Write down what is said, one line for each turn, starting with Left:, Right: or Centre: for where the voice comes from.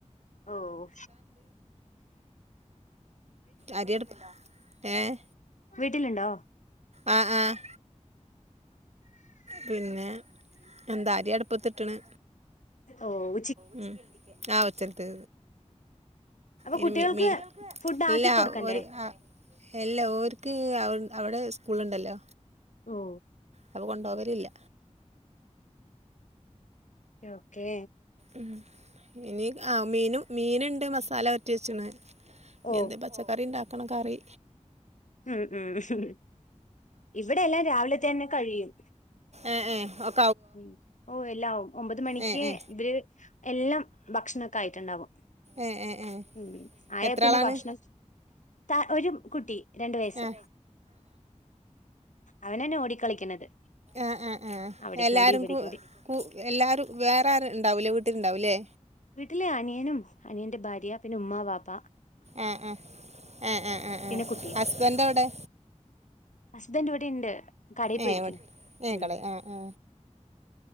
Left: ഓഹ്
Right: അരി അട്പ്പ് ഏഹ്
Left: വീട്ടിലുണ്ടോ
Right: ആ ആഹ്. പിന്നെ എന്താ അരി അട്പ്പത്ത്ട്ട്ണ്.
Left: ഓഹ്
Right: ഉം ഉച്ചത്തേത്.
Left: അപ്പൊ
Right: ഇനി
Left: കുട്ടികൾക്ക്
Right: മീ മീ
Left: ഫുഡ് ആക്കി
Right: ഇല്ലാ
Left: കൊടുക്കണ്ടേ
Right: ഒരു ആ. എല്ല ഓര്ക്ക് അവടെ സ്കൂള്ള്ണ്ടല്ലോ
Left: ഓ
Right: അപ്പൊ കൊണ്ടോ വലില്ല.
Left: ഓക്കെ
Right: ഉം ഇനി ആ മീനു മീനുണ്ട് മസാല പൊര്ട്ടി വെച്ച്ണ്. ഇനി
Left: ഓ
Right: എന്തേലും പച്ചക്കറിണ്ടാക്കണം കറി
Left: ഉം ഉം ഇവിടെ എല്ലാം രാവിലെത്തന്നെ കഴിയും
Right: ഏഹ് ഏഹ് ഒക്ക്
Left: ഉം ഓ എല്ലാം ഒമ്പത് മണിക്ക്
Right: ഏ ഏ
Left: ഇത് എല്ലാം ഭക്ഷണക്കൊയിട്ടുണ്ടാവും
Right: ഏ ഏ ഏ
Left: ഉ ആയാപ്പന്നെ
Right: എത്ര ആളാണ്
Left: ഭക്ഷണം ത ഒരു കുട്ടി രണ്ടു വയസ്സ്
Right: ആ
Left: അവനാണ് ഓടിക്കളിക്കണത്
Right: ആഹ് ആഹ് ആഹ്
Left: അവിടേക്കോടി
Right: എല്ലാരും
Left: ഇവിടേക്കോടി
Right: കു കു എല്ലാവരും വേറെ ആരു ഉണ്ടാവില്ലേ വീട്ടിൽ ഉണ്ടാവില്ലേ
Left: വീട്ടിലെ അനിയനും അനിയന്റെ ഭാര്യ പിന്നെ ഉമ്മ ബാപ്പ
Right: ആഹ് ആഹ് ആഹ് ആഹ ഹ് ആഹ്
Left: പിന്നെ
Right: ആഹ്
Left: കുട്ടി
Right: ഹസ്ബൻഡ് എവിടെ
Left: ഹസ്ബൻഡ് ഇവിടെ ഉണ്ട് കടയിൽ പോയിരിക്കുന്നു
Right: ഏ ഇവിടെ ഏ
Left: ഉം
Right: കള ആ ആ